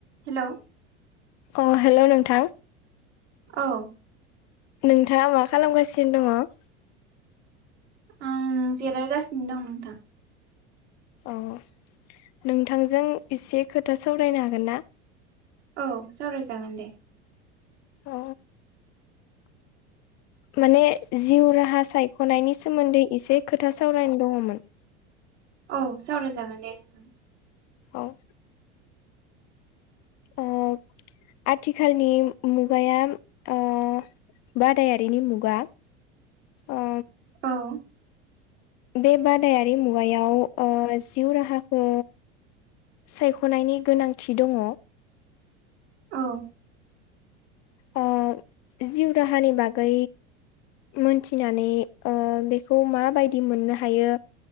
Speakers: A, on the right; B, on the left.
A: हेल'
B: अ हेल' नोंथां
A: औ
B: नोंथाङा मा खालामगासिनो दङ
A: आं जिरायगासिनो दं नोंथां
B: औ औ नोंथांजों एसे खोथा सावरायनो हागोन ना
A: औ सावराय जागोन दे
B: अ माने जिउ राहा सायख'नायनि सोमोन्दै एसे खोथा सावरायनो दङमोन
A: औ सावराय जागोन दे नोंथां
B: औ
A: <unintelligible>
B: ओ आथिखालनि मुगाया ओ बादायारिनि मुगा ओ
A: औ
B: बे बादायारि मुगायाव ओ जिउ राहाखौ सायख'नायनि गोनांथि दङ
A: औ
B: ओ जिउ राहानि बागै मोनथिनानै ओ बेखौ माबायदि मोननो हायो